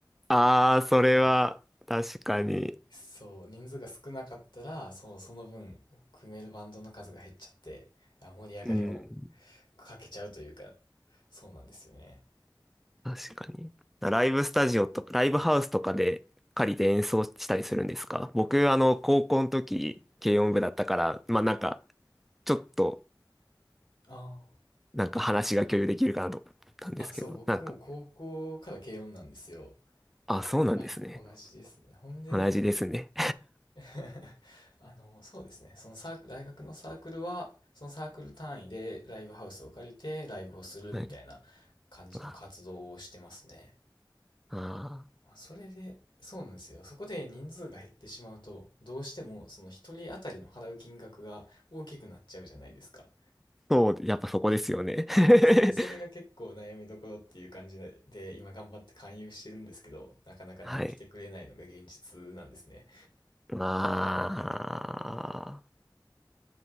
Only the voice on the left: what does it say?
はい。
そう、人数が少なかったら、そう、その分、組めるバンドの数が減っちゃって、あ、盛り上がりを
かけちゃうというか、そうなんですよね。
あ
あ、あ、そう、僕も高校から軽音なんですよ。
あ、同じですね。ほんで、
<laughs> あの、そうですね。そのサーク、大学のサークルは、そのサークル単位でライブハウスを借りてライブをするみたいな感じの活動をしてますね。
まあそれで、そうなんですよ。そこで人数が減ってしまうと、どうしてもその一人当たりの払う金額が大きくなっちゃうじゃないですか。
ですよ。それが結構悩みどころっていう感じで、で今頑張って勧誘してるんですけど、なかなかね、
来てくれないのが現実なんですね。